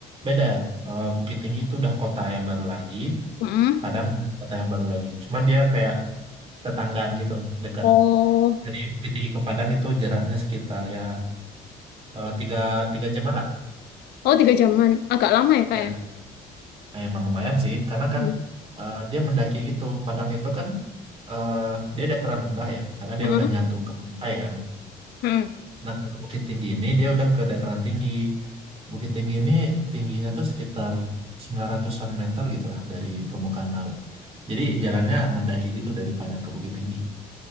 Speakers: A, on the right (about 35°); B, on the left (about 75°).
A: beda Eh, Bukit Tinggi itu udah kota yang baru lagi
B: Hmm.
A: Padang udah kota yang baru lagi cuman dia kayak tetanggaan gitu dekat
B: Oh,
A: dari Bukit Tinggi ke Padang itu jaraknya sekitar ya eh, tiga tiga jaman lah
B: oh tiga jaman, agak lama ya kak
A: Ya,
B: ya?
A: nah emang lumayan sih, karena
B: Mm.
A: kan eh, dia mendaki gitu. Padang itu kan eh, dia dataran rendah ya, karena dia
B: Heeh.
A: udah nyatu ke pantai kan.
B: Heeh.
A: Nah, ke bukit tinggi ini dia udah ke dataran tinggi. Bukit tinggi ini tingginya tuh sekitar 900-an meter gitu lah dari permukaan laut. Jadi jalannya mendaki gitu dari Padang ke Bukit Tinggi.